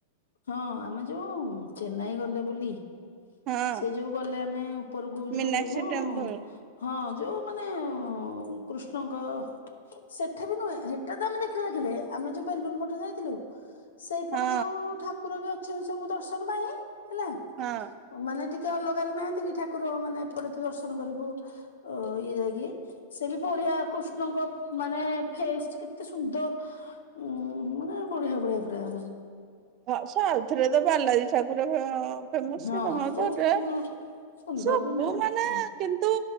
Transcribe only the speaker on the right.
ହଁ
ମୀନାକ୍ଷୀ
ଟେମ୍ପଲ
ହଁ
ହଁ।
ହଁ ସାଆଉଥିରେ ତ ବାଲାଜୀ ଠାକୁର ଫେମସଇ
ହଁ ତ ଏଟା
ସବୁ
ମାନେ କିନ୍ତୁ